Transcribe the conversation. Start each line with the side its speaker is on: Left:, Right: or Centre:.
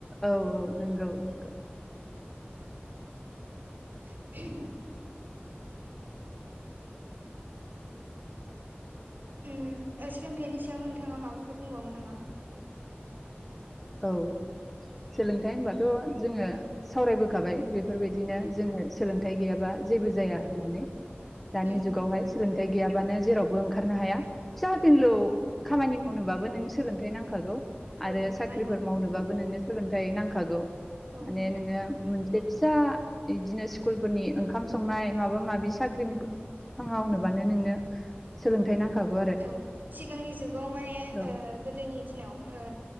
Centre: औ औ नोंगौ नोंगौ।
Right: <inaudible> उम सोलोंथाइनि सायाव नोंथाङा माबाफोर बुंबावगोन नामा?
Centre: औ सोलोंथाइ होनबाथ' जोङो सावरायबोखाबाय बेफोरबायदिनो जोङो सोलोंथाइ गैयाबा जेबो जाया होननानै। दानि
Right: उम
Centre: जुगावहाय सोलोंथाइ गैयाबानो जेरावबो ओंखारनो हाया। फिसा
Right: औ
Centre: फिनलौ खामानि मावनोबाबो नों सोलोंथाइ नांखागौ
Right: औ
Centre: आरो सा
Right: नांगौ
Centre: मावनोबाबो नोंनो सोलोंथाइ नांखागौ।
Right: औ
Centre: माने नोङो मोन बे फिसा बिदिनो स्कुलफोरनि ओंखाम संनाय माबा माबि साख्रि <unintelligible> मावनोबानो नोंनो सोलोंथाइ नांखागौ आरो।
Right: औ सिगांनि जुगाव माने
Centre: औ
Right: ओ गोदोनि ओ दिनाव ओ